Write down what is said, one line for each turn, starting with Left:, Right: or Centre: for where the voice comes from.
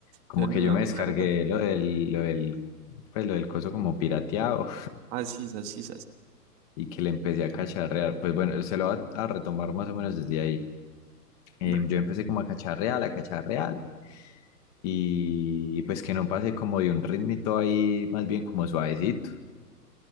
Left: como
Right: yo no
Left: que
Right: me
Left: yo
Right: acuerdo.
Left: me descargué lo del, lo del, pues, lo del coso como pirateado
Right: Ah, sí, sas, sí,
Left: <laughs> y que le empecé a cacharrear. Pues bueno, se lo va a retomar más o menos desde ahí. Em,
Right: Breve.
Left: yo empecé como a cacharrear, a cacharrear. Y pues que no pase como de un ritmito ahí, más bien como suavecito.